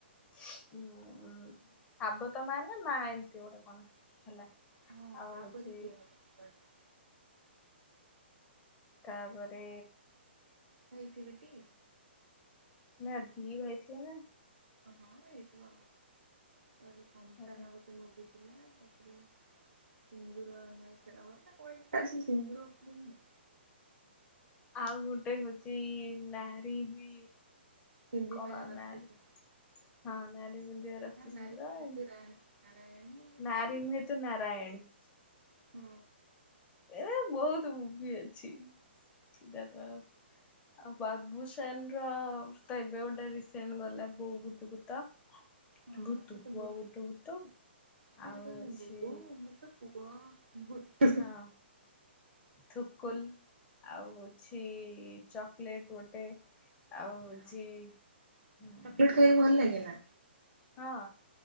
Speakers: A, on the left (about 20°); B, on the right (about 80°).
A: ହଁ ଶାବତ ମା ନା ମା ଏମତି ଗୋଟେ କଣ? ହେଲା
B: ହଁ
A: ଆଉ
B: ମା
A: ହଉଛି
B: ପରି କିଏ ହବ ମା
A: ତାପରେ
B: ହେଇ ଥିବେ ଟି।
A: ନା ଧି ଭାଇ ଥିବେ ନା।
B: ହଁ ହେଇ ଥିବ। ତାପରେ ସନ୍ତାନ
A: ହେଲା
B: ଗୋଟେ ମୁଭି। ତାପରେ ସିନ୍ଦୁର ନା କଣ ଗୁଡ଼ା ସିନ୍ଦୁର ଉପରେ ନୁହେଁ।
A: ଆଉ ଗୋଟେ ହଉଛି ନାରୀ ବି
B: ସିନ୍ଧି
A: କଣ
B: ପାରେ ରକ୍ତ
A: ନାରୀ ହଁ ନାରୀ ପିନ୍ଧିବ ରକ୍ତସୁନ୍ଦର
B: ନାରୀରାୟଣ
A: ଏମିତି
B: ନାରାୟଣୀ
A: ନାରୀ
B: କଣ
A: ନୁହେଁ ତୁ ନାରାୟଣୀ।
B: ହ।
A: ଏ ବହୁତ ମୁଭି ଅଛି ସିଦ୍ଧାନ୍ତ ଆଉ ବାବୁସାନ ର ତ ଏବେ ଗୋଟେ ରିସେଣ୍ଟ ଗଲା ବୋଉ ବୁଟୁ ଭୂତ।
B: ହଁ
A: ଭୂତୁ
B: ସେ ତ
A: ପୁଅ
B: ଭୂତ
A: ଗୋଟେ ଭୂତୁ
B: ସେ
A: ଆଉ
B: ଯୋଉ କହିବେନି
A: ଅଛି
B: ବୋଉ ମୋ ତ ପୁଅ ଭୁଟୁ ଚକଲେଟ
A: ହଁ ଥୁକୁଲ ଆଉ ଅଛି ଚକଲେଟ। ଆଉ ଗୋଟେ ଆଉ
B: ହଁ
A: ଜ ହୁଁ।
B: ଚକୋଲେଟ ଖାଇବାକୁ ଭଲ ଲାଗେ ନା
A: ହଁ।